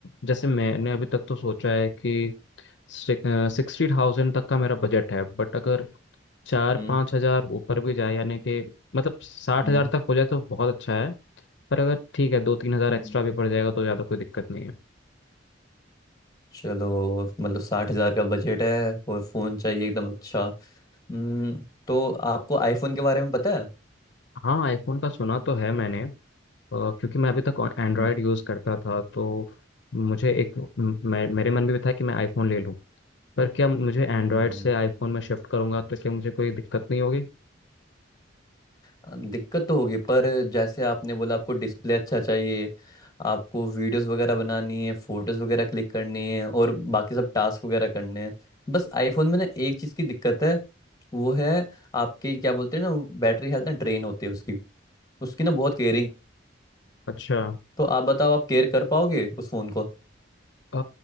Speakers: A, on the left (about 65°); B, on the left (about 20°).
A: जैसे मैंने अभी तक तो सोचा है कि सिक्सटी थाउजेंड तक का मेरा बजट है बट अगर चार
B: हम्म
A: पाँच हज़ार ऊपर भी जाए यानी कि मतलब साठ
B: हम्म
A: हज़ार तक हो जाए तो बहुत अच्छा है पर अगर ठीक है दो तीन हज़ार
B: हम्म।
A: एक्स्ट्रा भी पड़ जाएगा तो ज़्यादा कोई दिक्कत नहीं है
B: चलो मतलब साठ हजार का बजट है और फोन चाहिए एकदम अच्छा हम्म तो आपको आईफोन के बारे में पता है
A: हाँ आईफोन का सुना तो है मैंने अ, क्योंकि मैं अभी तक एंड्रॉयड
B: हम्म
A: यूज़ करता था तो मुझे एक म- मे- मेरे मन में भी था कि मैं आईफोन ले लूं पर क्या मुझे एंड्रॉयड
B: हम्म,
A: से आईफोन में शिफ्ट करूंगा तो क्या मुझे कोई दिक्कत नहीं होगी
B: अ, दिक्कत तो होगी पर जैसे आपने बोला आपको डिस्प्ले अच्छा चाहिए आपको वीडियोस वगैरह बनानी है फोटोज वगैरह क्लिक करनी है और बाकी सब टास्क वगैरह करने हैं बस आईफोन में ना एक चीज़ की दिक्कत है वो है आपकी क्या बोलते हैं ना बैटरी हेल्थ ना ड्रेन होती है उसकी उसकी ना बहुत केयरिंग
A: अच्छा
B: तो आप बताओ आप केयर कर पाओगे उस फोन को
A: अ,